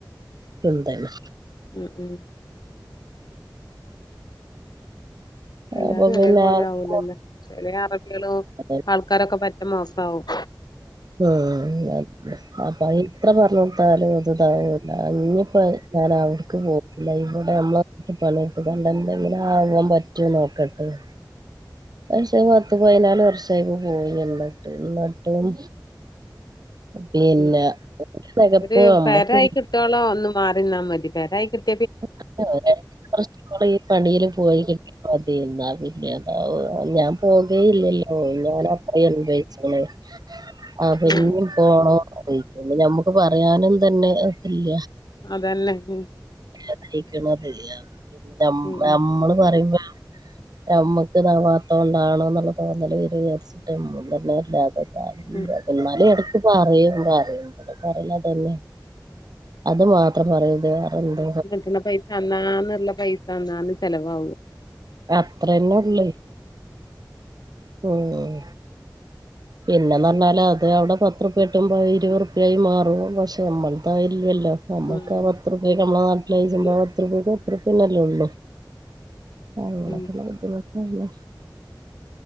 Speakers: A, on the right; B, on the left.
A: ചിന്തെണ്
B: ഉം ഉം എല്ലാരും
A: അപ്പൊ പിന്നെ
B: ഒരേപോലെ
A: ആവും
B: ആവൂലല്ലോ ചെലെ അറബികളും
A: അതെ
B: ആൾക്കാരൊക്കെ പറ്റെ മോസാവും.
A: ഉം അ അപ്പൊ ഇത്ര പറഞ്ഞൊടുത്താലും അതുതാവൂല്ല ഇനിയിപ്പോ ഞാൻ ആവടക്ക് പോവില്ല ഇവിടെ നിന്നിട്ട് പണിയെടുത്തുകാണ്ട് എന്തെങ്കിലും ആകാൻ പറ്റോ നോക്കട്ടെന്ന് പക്ഷെ പത്ത് പതിനാല് വർഷായി ഇപ്പോ പോയി വന്നിട്ട് എന്നിട്ടും പിന്നെ
B: ഉം
A: നെകപ്പ്
B: ഒരു
A: നമ്മക്കില്ല
B: പെരായി കിട്ടോളം ഒന്ന് മാറി നിന്നാ മതി പെരായി കിട്ട്
A: <unintelligible> ഈ പണിയില് പോയി കിട്ടി മതി ഇന്നാ പിന്നെ അതാവും ഞാൻ പോകേയില്ലല്ലോ ഞാൻ അത്ര അനുഭവിച്ച്ക്കണ്. ആഹ് പിന്നായും
B: ഉം
A: പോണോന്ന് <unintelligible> അന്ന് ഞമ്മക്ക് പറയാനും തന്നെ ഇല്ല
B: അതന്നേ ഉം
A: <unintelligible> ക്കണത് <unintelligible> ഞമ്
B: ഉം
A: ഞമ്മള് പറയുമ്പ ഞമ്മക്ക് റ്റത് ആവാത്ത കൊണ്ടാണോന്നുള്ള തോന്നല് വെരും വിചാരിച്ചിട്ട് മുണ്ടുന്നേയില്ലത്. ആഹ്
B: ഉം
A: ഇന്നാലെ എടു പറയും പറയും ഇവടെ പറയുന്നെ അതെന്നെയാ അത് മാത്രം പറയരുത് വേറെന്ത്
B: ക്കണ പൈസ അന്നാന്നുള്ള പൈസ അന്നാന്ന് ചെലവാകും.
A: അത്ര തന്നെ ഉള്ളേ. ഉം പിന്നെന്ന് പറഞ്ഞാല് അത് അവിടെ പത്ര കിട്ടുമ്പോ ഇരുവർപ്പ്യായി മാറുമ്പം പക്ഷെ നമ്മൾത് അയ്ല്ലല്ലോ നമ്മക്ക്
B: ഉം
A: ആ പത്തുർ പിയെക്ക് നമ്മളെ നാട്ടില്
B: അതന്നെ
A: <unintelligible> സംഭവം പത്തുർപ്യെക്ക് ഇതൊക്കെന്നെലൊള്ളൂ. അങ്ങനെക്കെന്നെ
B: ഉം
A: <unintelligible> മ്